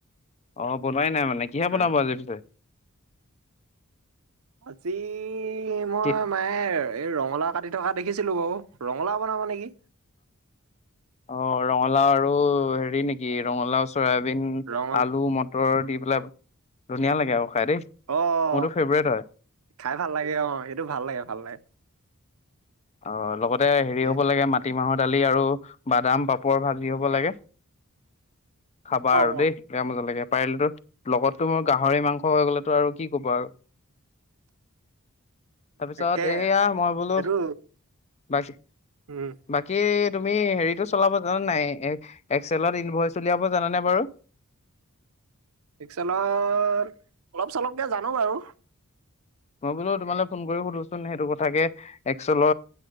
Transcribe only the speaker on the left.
অ বনোৱাই নাই মানে মানে কিহে
বনাব আজি পিছে
কি
অঁ ৰঙালাও আৰু হেৰি নেকি ৰঙালাও চয়াবিন
আলু মটৰ দি পেলাই ধুনীয়া লাগে আৰু। খাই দেই
মোৰতো ফেভৰেট হয়
অঁ লগত হেৰি
হ'ব লাগে, মাটি মাহত দালি আৰু বাদাম পাপৰ ভাজি হ'ব লাগে। খাবা
আৰু
দেই বেয়া মজা লাগে। পাৰিলেতো লগততো মোৰ গাহৰি মাংস হৈ গ'লেতো আৰু কি ক'বা আৰু। তাৰপিছত
এয়া মই বোলো
<unintelligible>
বাকী তুমি হেৰিটো চলাব জানা নাই, এই এক্সেলত ইনভইচ উলিয়াব জানা নে বাৰু।
মই বোলো তোমালে ফোন কৰি সোধোচোন সেইটো কথাকে এক্চলৰ